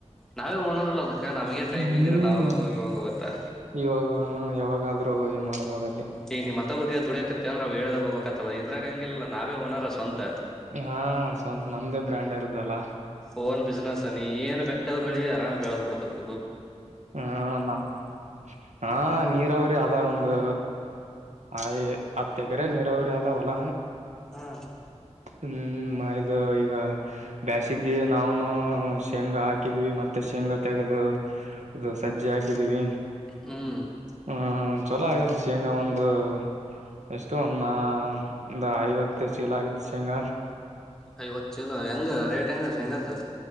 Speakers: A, in the centre; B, on the right (about 80°).
A: ನಾವೇ ಓನರ್ ಅಲ್ಲ ಅದ್ಕ ನಮಗೆನ್ ಟೈಮಿಂಗ್
B: ಹ್ಮ್
A: ಇರಲ್ಲ ಅವಾಗೋಗ ಇವಾಗೋಗತ್ತಾ
B: ಇವಾಗ <unintelligible> ಯಾವಾಗಾದ್ರೂ ಮಾಡ್ಬೋದಲ್ಲಿ
A: ಈ ನೀ ಮತ್ತೊಬ್ರಿಗೆ ದುಡಿಯಕತ್ತ ಅಂದ್ರ ಅವ ಹೇಳ್ದಾಗ ಹೋಗ್ಬೇಕ್ತತದ ಇದ್ರಾಗ ಹಂಗಿಲ್ಲ ನಾವೆ ಓನರ್ ಸ್ವಂತ
B: ಹಾ ಸ್ವಪ ನಮ್ದೇ ಬ್ರ್ಯಾಂಡ್ ಇರ್ತದಲ್ಲ
A: ಓನ್ ಬಿಸ್ನೆಸ್ ನೀ ಏನ್ ಬೆಕ್ಕದ್ ಬಳಿ ಆರಾಮ್ ಬೆಳ ಕೊಡ್ತದ
B: ಹಾ <unintelligible> ಹಾ <unintelligible> ನೀರಾವರಿ ಆದ. ಒಂದು ಆ ಹತ್ತ ಎಕರೆ ನೀರಾವರಿ ಆದ ಹೊಲ.
A: ಹಾ,
B: ಹ್ಮ್ ಇದು ಈಗ ಬ್ಯಾಸಿಗಿ ನಾವನು ಶೇಂಗ ಹಾಕಿದ್ವಿ. ಮತ್ತೆ, ಶೇಂಗಾ ತೆಗದು, ಇದು ಸಜ್ಜಿ ಹಾಕಿದೀವಿ.
A: ಹ್ಮ್.
B: ಹ್ಮ ಚಲೋ ಆಗ್ಯದ. ಶೇಂಗ್ ಒಂದು, ಎಷ್ಟು ಒಂದ ಒಂದ ಐದ ಹತ್ತ ಆಗಿತ್ತು ಶೇಂಗ.
A: ಐವತ್ತು ಚೀಲ ಹೆಂಗ, ರೇಟ್ ಹೆಂಗ ಶೇಂಗಾದು,